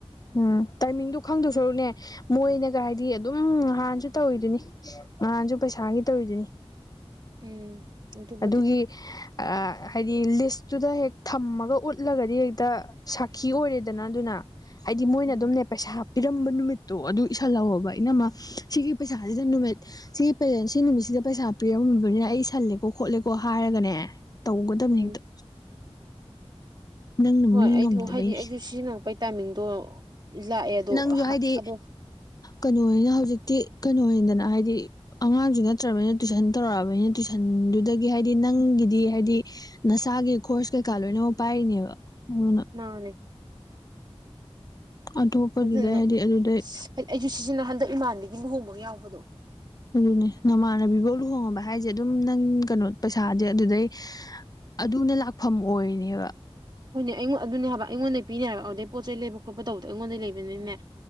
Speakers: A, on the left (about 40°); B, on the right (about 45°).
A: ꯎꯝ ꯇꯥꯏꯃꯤꯡꯗꯣ ꯈꯪꯗꯞ ꯁꯔꯨꯛꯅꯦ ꯃꯣꯏꯅꯒ ꯍꯥꯏꯗꯤ ꯑꯗꯨꯝ ꯍꯥꯟꯁꯨ ꯇꯧꯔꯤꯗꯨꯅꯤ ꯅꯍꯥꯟꯁꯨ ꯄꯩꯁꯥꯒꯤ ꯇꯧꯔꯤꯗꯨꯅꯤ
B: ꯎꯝ ꯑꯗꯨꯕꯨꯗꯤ
A: ꯑꯗꯨꯒꯤ ꯑꯥ ꯍꯥꯏꯗꯤ ꯂꯤꯁꯇꯨꯗ ꯍꯦꯛ ꯊꯝꯃꯒ ꯎꯠꯂꯒꯗꯤ ꯍꯦꯛꯇ ꯁꯥꯈꯤ ꯑꯣꯏꯔꯦꯗꯅ ꯑꯗꯨꯅ ꯍꯥꯏꯗꯤ ꯃꯣꯏꯅ
B: ꯎꯝ
A: ꯑꯗꯨꯝ ꯄꯩꯁꯥ ꯄꯤꯔꯝꯕ ꯅꯨꯃꯤꯠꯇꯣ ꯑꯗꯨ ꯏꯁꯜꯍꯧꯔꯣꯕ ꯏꯅꯥꯝꯃꯥ ꯁꯤꯒꯤ ꯄꯩꯁꯥꯁꯤꯗ ꯅꯨꯃꯤꯠ ꯁꯤ ꯁꯤ ꯅꯨꯃꯤꯠꯁꯤꯗ ꯄꯩꯁꯥ ꯄꯤꯔꯝꯃꯕꯅꯤꯅ ꯑꯩ ꯢꯁꯜꯂꯦꯀꯣ ꯈꯣꯠꯂꯦꯀꯣ ꯍꯥꯏꯔꯒꯅꯦ ꯇꯧꯒꯗꯕꯅꯤ
B: ꯎꯝ
A: ꯍꯦꯛꯇ ꯅꯪꯅ
B: ꯍꯣꯏ
A: ꯃꯤ
B: ꯑꯩꯗꯣ
A: ꯉꯝꯗꯕꯩꯅꯦ
B: ꯍꯥꯏꯗꯤ ꯑꯩꯁꯨ ꯁꯤꯖꯤꯟꯅꯔꯛꯄꯩ ꯇꯥꯏꯃꯤꯡꯗꯣ ꯂꯥꯛꯑꯦ ꯑꯗꯣ
A: ꯅꯪꯁꯨ ꯍꯥꯏꯗꯤ
B: ꯑꯗꯣ
A: ꯀꯩꯅꯣ ꯑꯣꯏꯅ ꯍꯧꯖꯤꯛꯇꯤ ꯀꯩꯅꯣꯗꯅ ꯍꯥꯏꯗꯤ ꯑꯉꯥꯡꯁꯨ ꯅꯠꯇ꯭ꯔꯕꯅꯤꯅ ꯇꯨꯏꯁꯟ ꯇꯧꯔꯛꯑꯕꯅꯤꯅ ꯇꯨꯏꯁꯟꯗꯨꯗꯒꯤ ꯍꯥꯏꯗꯤ ꯅꯪꯒꯤꯗꯤ ꯍꯥꯏꯗꯤ ꯅꯁꯥꯒꯤ ꯈꯣꯔꯁ ꯀꯩꯀꯥ ꯂꯣꯏꯅꯃꯛ ꯄꯥꯏꯔꯤꯅꯦꯕ ꯑꯗꯨꯅ
B: ꯃꯥꯅꯦ
A: ꯑꯇꯣꯞꯄꯗꯨꯗꯩ
B: ꯑꯗꯨꯅ
A: ꯍꯥꯏꯗꯤ ꯑꯗꯨꯗꯩ
B: ꯑꯩꯁꯨ ꯁꯤꯖꯤꯟꯅ ꯍꯟꯗꯛ ꯏꯃꯥꯟꯕꯤꯒꯤ ꯂꯨꯍꯣꯡꯕꯒ ꯌꯥꯎꯕꯗꯣ
A: ꯑꯗꯨꯅꯦ ꯅꯃꯥꯟꯅꯕꯤꯕꯧ ꯂꯨꯍꯣꯡꯉꯕ ꯍꯥꯏꯁꯦ ꯑꯗꯨꯝ ꯅꯪ ꯀꯩꯅꯣ ꯄꯩꯁꯥꯥꯁꯦ ꯑꯗꯨꯗꯩ ꯑꯗꯨꯅ ꯂꯥꯛꯐꯝ ꯑꯣꯏꯔꯤꯅꯦꯕ
B: ꯍꯣꯏꯅꯦ ꯑꯩꯉꯣꯟ ꯑꯗꯨꯅꯦ ꯍꯥꯏꯕ ꯑꯩꯉꯣꯟꯗꯩ ꯄꯤꯔꯤꯅꯦ ꯍꯥꯏꯕ ꯑꯗꯨꯗꯩ ꯄꯣꯠ ꯆꯩ ꯂꯩꯕ ꯈꯣꯠꯄ ꯇꯧꯕꯗꯣ ꯑꯩꯉꯣꯟꯗ ꯂꯩꯕꯅꯤꯅꯦ